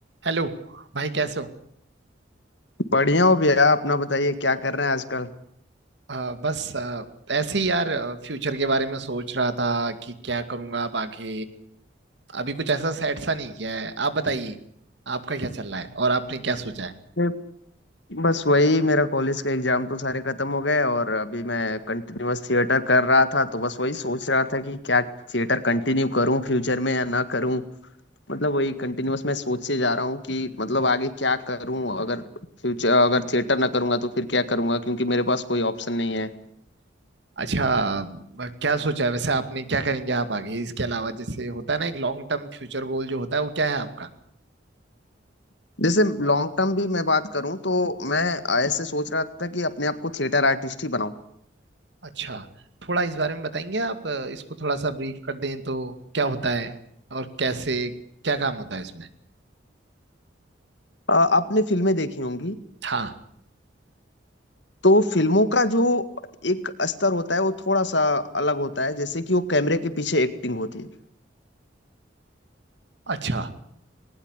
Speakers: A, on the right (about 65°); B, on the left (about 70°).
A: Hello भाई कैसे हो
B: बढ़िया हो भैया अपना बताइए क्या कर रहे हैं आजकल
A: अ, बस अ, ऐसे ही यार फ्यूचर के बारे में सोच रहा था कि क्या करूंगा अब आगे अभी कुछ ऐसा सेट सा नहीं किया है आप बताइए आपका क्या चल रहा है और आपने क्या सोचा है
B: मैं- बस वही मेरा कॉलेज का एग्जाम तो सारे खत्म हो गए और अभी मैं कंटिन्यूअस थिएटर कर रहा था तो बस वही सोच रहा था कि क्या थिएटर कंटिन्यू करूं फ्यूचर में या ना करूं मतलब वही कंटिन्यूअस मैं सोचे जा रहा हूं कि मतलब आगे क्या करूं अगर फ्यूचर अगर थिएटर ना करूंगा तो फिर क्या करूंगा क्योंकि मेरे पास कोई ऑप्शन नहीं है
A: अच्छा अ, क्या सोचा है वैसे आपने क्या करेंगे आप आगे इसके अलावा जैसे होता है ना एक लॉन्ग टर्म फ्यूचर गोल जो होता है वो क्या है आपका
B: जैसे लॉन्ग टर्म भी मैं बात करूं तो मैं ऐसे सोच रहा था कि अपने आप को थिएटर आर्टिस्ट ही बनाऊं
A: अच्छा थोड़ा इस बारे में बताएंगे आप अ, इसको थोड़ा सा ब्रीफ कर दें तो क्या होता है और कैसे क्या काम होता है इसमें
B: अ, आपने फिल्में देखी होंगी
A: हाँ
B: तो फिल्मों का जो एक स्तर होता है वो थोड़ा सा अलग होता है जैसे कि वो कैमरे के पीछे एक्टिंग होती है
A: अच्छा